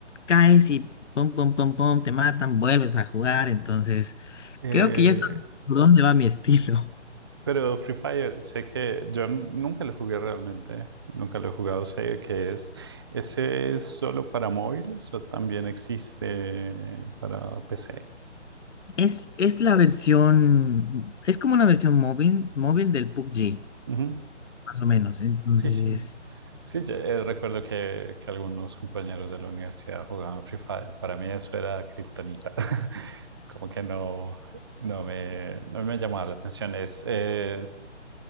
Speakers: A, on the left; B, on the right.
A: caes y pum, pum, pum, pum, te matan, vuelves a jugar. Entonces,
B: eh,
A: creo que ya estás por dónde va mi estilo. <laughs>
B: Pero Free Fire, sé que yo n- nunca lo jugué realmente, nunca lo he jugado, sé que es. ¿Ese es solo para móviles o también existe para PC?
A: Es, es la versión, es como una versión móvil, móvil del PUBG,
B: Ujú,
A: más o menos. Entonces,
B: Sí, sí. Sí, ya, eh, recuerdo que, que algunos compañeros de la universidad jugaban Free Fire. Para mí eso era kriptonita. <laughs> Como que no, no me, no me llamaba la atención. Es, es,